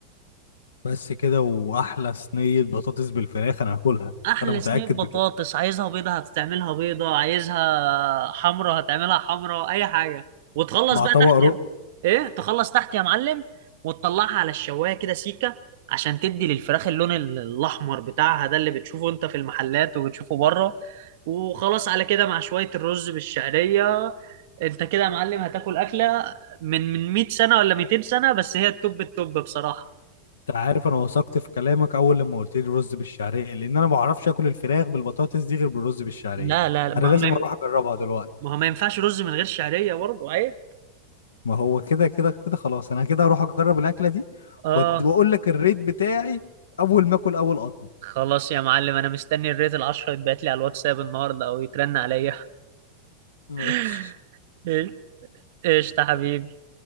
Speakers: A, on the left; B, on the right.
A: بس كده وأحلى صينية بطاطس بالفراخ أنا هاكلها
B: احلى
A: أنا متأكد
B: صينيه بطاطس
A: بكده
B: عايزها بيضه هتعملها بيضه عايزها حمرا هتعملها حمرا اي حاجه وتخلص
A: مع
B: بقى
A: طبق
B: تحت
A: رق
B: يا- ايه تخلص تحت يا معلم وتطلعها على الشوايه كده سيكه عشان تدي للفراخ اللون ال- الاحمر بتاعها ده اللي بتشوفه انت في المحلات وبتشوفه بره وخلاص على كده مع شويه الرز بالشعريه انت كده يا معلم هتاكل اكله من من 100 سنه ولا 200 سنه بس هي التوب التوب بصراحه
A: أنت عارف أنا وثقت في كلامك أول لما قلت لي رز بالشعرية لأن أنا ما بعرفش آكل الفراخ بالبطاطس دي غير بالرز بالشعرية
B: لا لا لا، ما
A: أنا لازم
B: هو ما ين-
A: أروح أجربها دلوقتي
B: ما هو ما ينفعش رز من غير شعرية برضه عيب
A: ما هو كده كده كده خلاص أنا كده هروح أجرب الأكلة دي
B: اه
A: وأد- وأقول لك الريت بتاعي أول ما آكل أول قطمة
B: خلاص يا معلم انا مستني الريت العشرة يتبعت لي على الواتساب النهارده او يترن عليا
A: ماشي
B: <laughs> ايش إيش يا حبيبي